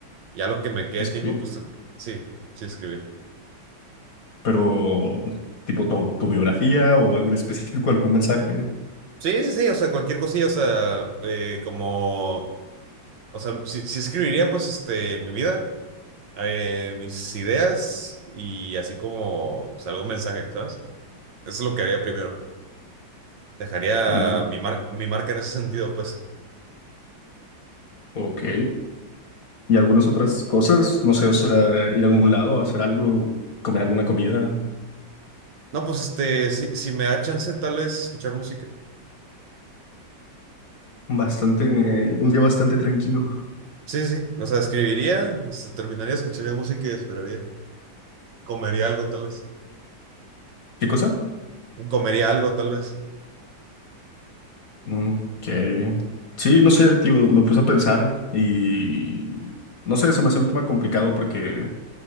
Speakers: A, on the right; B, on the left.
A: Ya lo que me quede
B: Escribir,
A: tiempo, pues em, sí, sí escribir.
B: pero tipo tu, tu biografía o algún específico, algún mensaje.
A: Sí, sí, sí, o sea, cualquier cosilla, o sea, eh, como, o sea, sí, sí escribiría, pues, este, mi vida, eh, mis ideas y así como, pues, algún mensaje, ¿sabes? Eso es lo que haría primero. dejaría
B: Mm,
A: mi, mar- mi marca en ese sentido, pues.
B: ok. y algunas otras cosas, no sé, o sea, ir a algún lado, hacer algo, comer alguna comida,
A: No, pues este, si, si me da chance, tal vez escuchar música.
B: bastante, eh, un día bastante tranquilo.
A: Sí, sí, sí. o sea, escribiría, este, terminaría, escucharía música y esperaría. Comería algo, tal vez.
B: ¿Qué cosa?
A: Comería algo, tal vez.
B: Mm, que sí, no sé, tío, me puse a pensar y no sé, se me hacía un tema complicado porque,